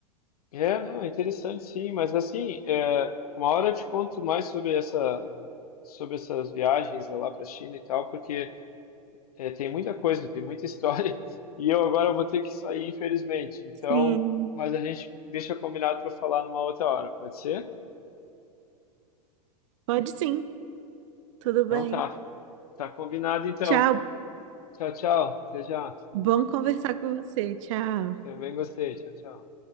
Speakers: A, on the left (about 70°); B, on the right (about 55°).
A: É, não, é interessante sim, mas assim, é, uma hora eu te conto mais sobre essa sobre essas viagens é, lá para a China e tal, porque é, tem muita coisa, tem muita história, <laughs> e eu agora vou ter que sair, infelizmente. Então,
B: Sim,
A: mas a gente deixa combinado para falar numa outra hora, pode ser?
B: pode sim, tudo
A: Então
B: bem.
A: tá, tá combinado então.
B: Tchau,
A: Tchau, tchau. Até já.
B: bom conversar com você, tchau.
A: Também gostei. Tchau, tchau.